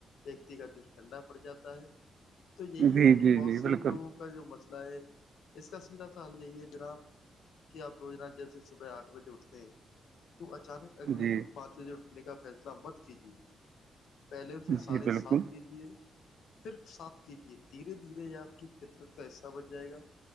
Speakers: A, on the left; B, on the right.
A: ویکتی کا جوش ٹھنڈا پڑ جاتا ہے تو یہی
B: جی
A: ہے کہ
B: جی
A: بہت
B: جی
A: سے
B: بالکل
A: لوگ جو مسئلہ ہے اس کا سیدھا سال یہی ہے جناب کہ آپ روجناہ جیسے صبح آٹھ بجے اٹھتے ہیں تو اچانک اگے
B: جی
A: دن پانچ بجے نے کا فیصلہ مت کیجیے پہلے اسے ساڑھے
B: جی بالکل
A: سات کے جی ہے پھر سات کیجیے دھیرے دھیرے آپ کی فطرت کا حصہ بن جائے گا